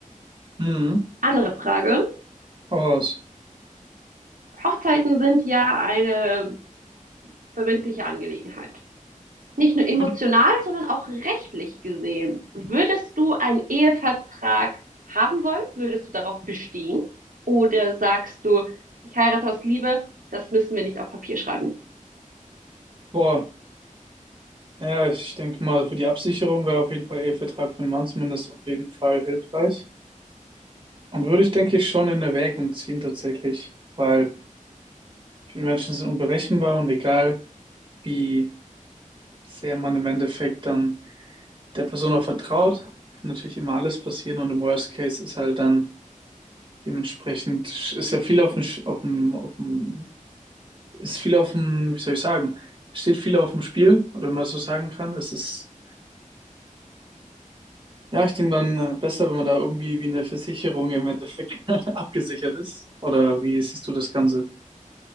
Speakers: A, on the right; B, on the right.
A: Mhm.
B: Andere Frage.
A: Hau raus.
B: Hochzeiten sind ja eine verbindliche Angelegenheit. Nicht nur
A: Ja,
B: emotional,
A: du-
B: sondern auch rechtlich gesehen. Würdest du einen Ehevertrag haben wollen? Würdest du darauf bestehen? Oder sagst du, ich heirate aus Liebe, das müssen wir nicht auf Papier schreiben?
A: Boah, naja, ich denke mal, für die Absicherung wäre auf jeden Fall Ehevertrag für den Mann zumindest auf jeden Fall hilfreich. Und würde ich, denke ich, schon in Erwägung ziehen tatsächlich, weil viele Menschen sind unberechenbar und egal, wie sehr man im Endeffekt dann der Person auch vertraut, kann natürlich immer alles passieren und im Worst Case ist halt dann dementsprechend, sch- ist ja viel auf dem, Sch- auf dem, auf dem, ist viel auf dem, wie soll ich sagen, steht viel auf dem Spiel, oder wenn man so sagen kann. Es ist, ja, ich denke dann äh, besser, wenn man da irgendwie wie eine Versicherung im Endeffekt <laughs> abgesichert ist. Oder wie siehst du das Ganze?